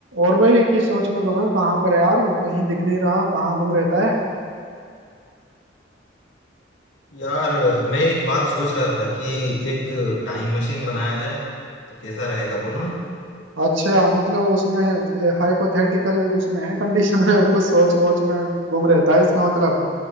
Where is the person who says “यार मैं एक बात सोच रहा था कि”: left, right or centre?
Left